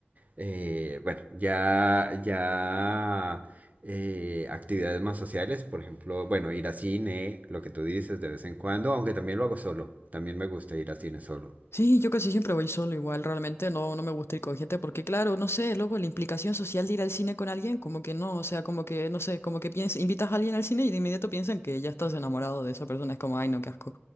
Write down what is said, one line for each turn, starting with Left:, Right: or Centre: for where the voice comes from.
Right: Eh, bueno, ya, ya eh, actividades más sociales, por ejemplo, bueno, ir a cine, lo que tú dices de vez en cuando, aunque también lo hago solo. También me gusta ir a cine solo.
Left: Sí, yo casi siempre voy solo igual, realmente no, no me gusta ir con gente porque claro, no sé, luego la implicación social de ir al cine con alguien, como que no, o sea, como que, no sé, como que piensas, invitas a alguien al cine y de inmediato piensan que ya estás enamorado de esa persona, es como, ay, no, qué asco.